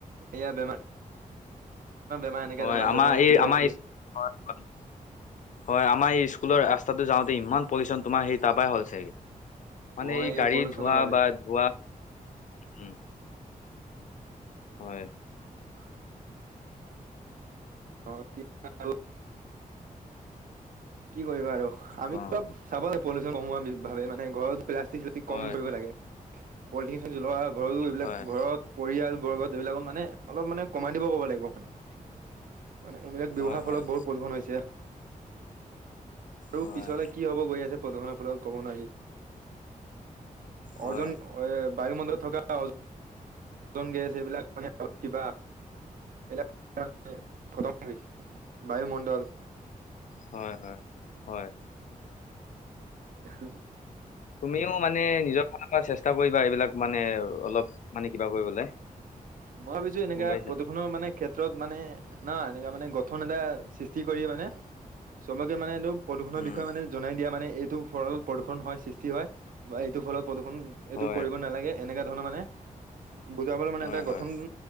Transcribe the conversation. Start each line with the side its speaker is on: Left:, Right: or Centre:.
Right: এয়া বেমাৰ <unintelligible>
Left: হয় আমাৰ
Right: বেমাৰ
Left: এই
Right: কিবা
Left: আমাৰ
Right: কিবি
Left: হয় আমাৰ এই স্কুলৰ আ! ৰাস্তাটো যাওঁতে ইমান পলিউচন তোমাৰ সেই তাৰ পৰাই হ'ল চাগে, মানে
Right: মই
Left: এই গাড়ী
Right: পলিউচনৰ
Left: ধোৱা
Right: বাবে
Left: বা ধোৱা উম, হয়।
Right: <inaudible> অঁতি ভাল। কি কৰিব আৰু আমি
Left: অ
Right: অলপ চাব লাগে পলিচন কমোৱা ভাবে মানে ঘৰত প্লা!
Left: হয়
Right: কমি ধৰি লাগে, পলিথিনচ্ জ্বলোৱা ঘৰো এইবিলাক
Left: হয়
Right: ঘৰত! পৰিয়াল বৰ্গত এইবিলাকত অলপ মানে কমাই দিব ক'ব লাগিব মানে। মানে এইবিলাক ব্যৱহাৰ
Left: হয় হয়
Right: ফলত বহুত প্ৰদূষণ হৈছে। আৰু
Left: হয়
Right: পিছলে কি হ'ব গৈ আছে প্ৰদূষণৰ ফলত ক'ব নোৱাৰি,
Left: হয়
Right: অজন অ এ বায়ুমণ্ডত থকা ওজন গেছ সেইবিলাক মানে কিবা। এতিয়া <unintelligible> বায়ুমণ্ডল
Left: হয়, হয়, হয়।
Right: উম
Left: তুমিও মানে নিজৰ ফালৰ পৰা চেষ্টা কৰিবা এইবিলাক মানে অলপ মানে কিবা কৰিবলৈ।
Right: মই ভাবিছো এনেকা
Left: গম পাইছা
Right: প্ৰদূষণৰ মানে ক্ষেত্ৰত মানে না এনেকুৱা মানে গঠন এটা সৃষ্টি কৰি মানে চবকে মানে এইটো! প্ৰদূষণৰ
Left: উম
Right: বিষয়ে মানে জনাই দিয়া মানে এইটো ফলত প্ৰদূষণ হয়, সৃষ্টি হয় বা এইটো ফলত প্ৰদূষণ এইটো
Left: হয়
Right: কৰিব নালাগে এনেকা ধৰণৰ মানে বুজাবলৈ মানে
Left: হয়
Right: এটা গ!
Left: হয়
Right: উম